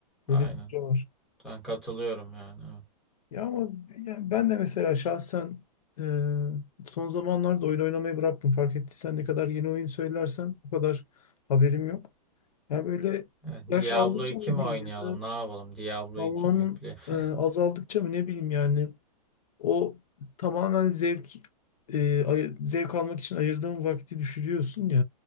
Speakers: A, on the left; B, in the centre.
A: Böyle
B: Aynen.
A: bir süre var.
B: Ben katılıyorum yani. Evet.
A: Ya ama ya ben de mesela şahsen e, son zamanlarda oyun oynamayı bıraktım. Fark ettiysen ne kadar yeni oyun söylersen o kadar haberim yok. Ya böyle
B: Evet,
A: yaş
B: Diablo
A: aldıkça
B: 2
A: mı
B: mi
A: diyeyim
B: oynayalım?
A: ya da
B: Ne yapalım? Diablo
A: zamanın
B: 2 mi yükleyelim?
A: e,
B: <laughs>
A: azaldıkça mı ne bileyim yani o tamamen zevk e, ay- zevk almak için ayırdığın vakti düşürüyorsun ya.